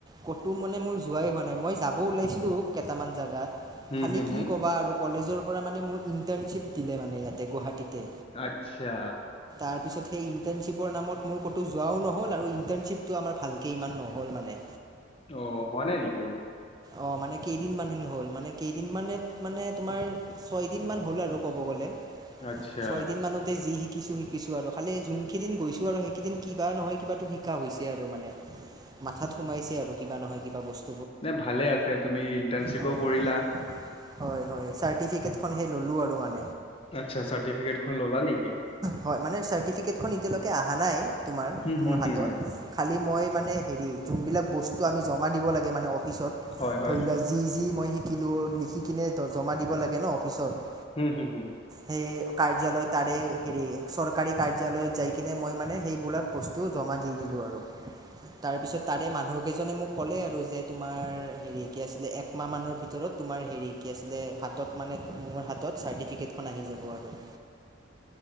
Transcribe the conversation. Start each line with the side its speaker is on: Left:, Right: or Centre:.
Right: ক'তো মানে মোৰ যোৱাই হোৱা নাই মই যাব ওলাইছিলো কেইটামান জেগাট
Left: হুম
Right: খালি
Left: হুম
Right: কি
Left: হুম
Right: ক'বা আৰু কলেজৰ পৰা মানে ইম ইৰ্ন্টানচিপ দিলে মানে ইয়াতে গুৱাহাটীতে
Left: আচ্ছা
Right: তাৰপছত সেই ইৰ্ন্টানচিপ নামত মোৰ ক'তো যোৱাও নহ'ল আৰু ইৰ্ন্টানচিপটো আমাৰ ভালকে ইমান নহ'ল মানে
Left: অ হোৱা নাই নেকি
Right: অ মানে কেইদিন মান হ'ল মানে কেইদিন মানে মানে তোমাৰ ছয়দিন মান হ'ল আৰু কব গ'লে
Left: আচ্ছা
Right: ছয় দিন মানতে যি শিকিছো শিকিছো আৰু খালি যোনখি সেইকেইদিন গৈছোঁ আৰু সেইকেইদিন কিবা নহয় কিবাটো শিকা হৈছে আৰু মানে মাথাত সোমাইছে আৰু কিবা নহয় কিবা বস্তু
Left: নে ভালে আছে তুমি ইণ্টাৰ্ণশ্বিপো
Right: হয়
Left: কৰিলা
Right: হয় হয় হয় চাৰ্টিফিকেটখনহে ল'লো আৰু মান
Left: আচ্ছা চাৰ্টিফিকেটখন ল'লা নেকি
Right: হয় মানে চাৰ্টিফিকেটখন এতিয়ালৈকে অহা নাই তোমাৰ
Left: হুম হুম
Right: মোৰ হাতত
Left: হুম হুম
Right: খালী মই মানে হেৰি জোনবিলাক বস্তু আমি জমা দিব লাগে অফিচত
Left: হয় হয়
Right: ধৰিলোৱা যি যি মই শিকিলোঁ লিখি কিনে জমা দিব লাগে ন অফিচত
Left: হু হু হু
Right: সেই কাৰ্যালয় তাৰে হেৰি চৰকাৰী কাৰ্যালয়ত যাই কিনে মই মানে সেইবোলাক বস্তু জমা দি দিলোঁ আৰু তাৰপিছত তাৰে মানুহকেইজনে মোক ক'লে আৰু যে তোমাৰ হেৰি কি আছিলে একমাহ মানৰ ভিতৰত তোমাৰ হেৰি কি আছিলে হাতত মানে মোৰ হাতত চাৰ্টিফিকেটখন আহি যাব আৰু